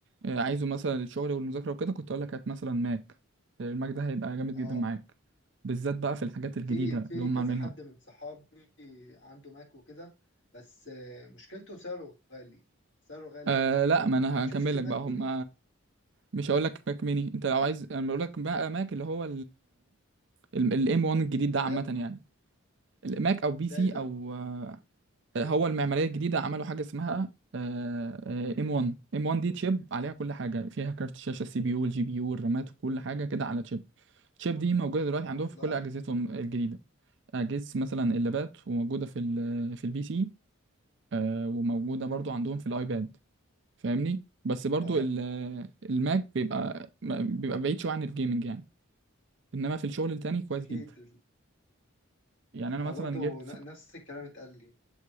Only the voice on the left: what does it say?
اه
في في
كذا
حد من صحابي عنده ماك وكده بس آه، مشكلته سعره غالي سعره غالي
قوي
شفت
الماك
ميني
اللاب
ده
إيه ده
والله
امم
امم
اه
اكيد
ال-
ما
برضه
ن- نفس الكلام اتقال لي